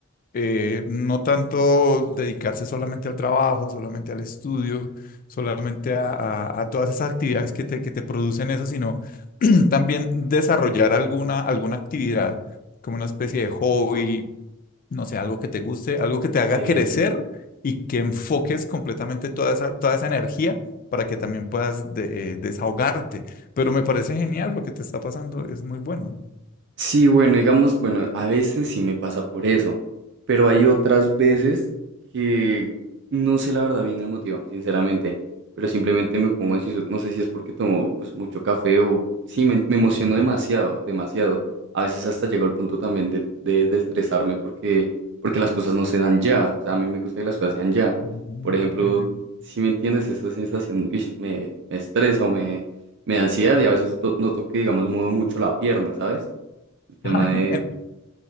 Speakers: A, on the left (about 40°); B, on the right (about 60°).
A: eh, no tanto dedicarse solamente al trabajo, solamente al estudio, solamente a, a- a todas esas actividades que te, que te producen eso, sino <clears throat> también desarrollar alguna, alguna actividad, como una especie de hobby, no sé, algo que te guste, algo que te haga
B: ok.
A: crecer y que enfoques completamente toda esa, toda esa energía para que también puedas de- eh, desahogarte. Pero me parece genial lo que te está pasando, es muy bueno.
B: Sí, bueno, digamos, bueno, a veces sí me pasa por eso, pero hay otras veces que no sé la verdad bien el motivo, sinceramente, pero simplemente me pongo ansioso, no sé si es porque tomo pues mucho café o sí, me, me emociono
A: <laughs>
B: demasiado, demasiado. A veces hasta llego al punto también de, de, de estresarme porque, porque las cosas no se dan ya, o sea, a mí me gusta que las cosas sean ya.
A: Ujú,
B: Por ejemplo,
A: ujú,
B: si me entiendes, esa sensación, uish, me, me estresa o me, me da ansiedad y a veces do- noto que, digamos, muevo mucho la pierna, ¿sabes? El tema
A: ok.
B: de...
A: <laughs>